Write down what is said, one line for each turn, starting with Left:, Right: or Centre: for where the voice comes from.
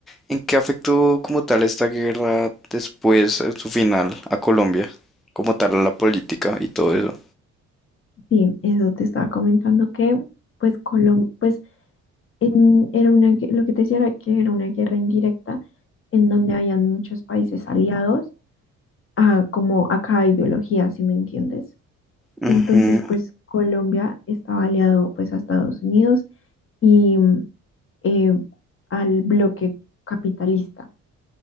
Centre: ¿En qué afectó como tal esta guerra después, en su final, a Colombia? Como tal, a la política y todo eso.
Left: Sí, eso te estaba comentando que, pues, Colom pues en- era una, gue- lo que te decía era que era una guerra indirecta en donde habían muchos países aliados a, como a cada ideología, si me entiendes.
Centre: Ujú.
Left: Entonces, pues Colombia estaba aliado pues a Estados Unidos y mm, eh, al bloque capitalista.